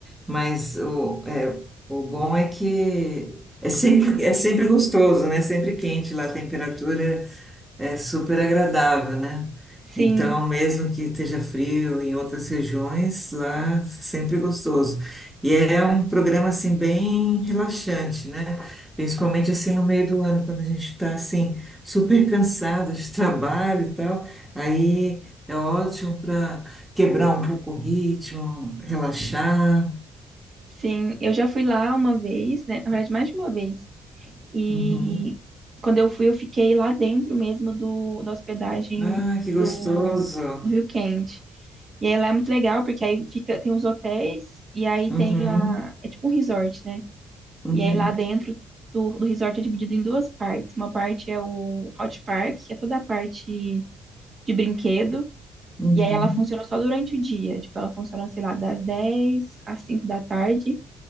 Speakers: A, in the centre; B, on the right.
A: mas o, é, o bom é que é sempre, é sempre gostoso, né? Sempre quente lá, a temperatura. É super agradável, né?
B: Sim,
A: Então, mesmo que esteja frio em outras regiões, lá sempre gostoso. E é um programa assim bem relaxante, né? Principalmente assim no meio do ano, quando a gente está assim super cansada de <laughs> trabalho e tal, aí é ótimo para quebrar um pouco o ritmo, relaxar.
B: sim, eu já fui lá uma vez, né? Na verdade, mais de uma vez. E
A: Uhum.
B: quando eu fui, eu fiquei lá dentro mesmo do, da hospedagem
A: Ah, que
B: do,
A: gostoso.
B: do Rio Quente. E aí lá é muito legal, porque aí fica, tem os hotéis e aí
A: Uhum.
B: tem a. É tipo um resort, né?
A: Uhum.
B: E aí lá dentro do, do resort é dividido em duas partes. Uma parte é o Hot Park, que é toda a parte de brinquedo.
A: Uhum.
B: E aí ela funciona só durante o dia. Tipo, ela funciona, sei lá, das 10 às 5 da tarde.